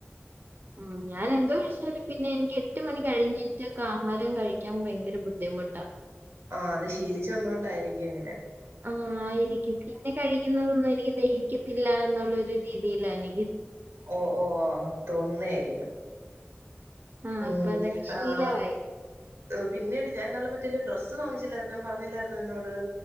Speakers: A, on the right; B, on the right.
A: ഉം ഞാനെൻറെ വീ <unintelligible> പിന്നെ എനിക്ക് എട്ട് മണി കഴിഞ്ഞിട്ട് ഒക്കെ ആഹാരം കഴിക്കാൻ ഭയങ്കര ബുദ്ധിമുട്ടാ
B: ആ അത് ശീലിച്ചു വന്നോണ്ടായിരിക്കും അങ്ങനെ
A: ആഹ് ആയിരിക്കും. പിന്നെ കഴിക്കുന്നതൊന്നും എനിക്ക് ദഹിക്കത്തില്ല എന്നുള്ള ഒരു രീതിയിലാണ്
B: ഓ ഓ തോന്നുന്ന ആയിരിക്കും
A: ആഹ്
B: ഉം
A: അപ്പൊ അതങ്ങ് ശീലവായി.
B: ആഹ് പിന്നീട് ഞാൻ ഇന്നാളില് മറ്റേഇല്ലേ ഡ്രസ്സ് വാങ്ങിച്ചില്ലായിരുന്നോ ഞാൻ പറഞ്ഞില്ലായിരുന്നോ നിന്നോട്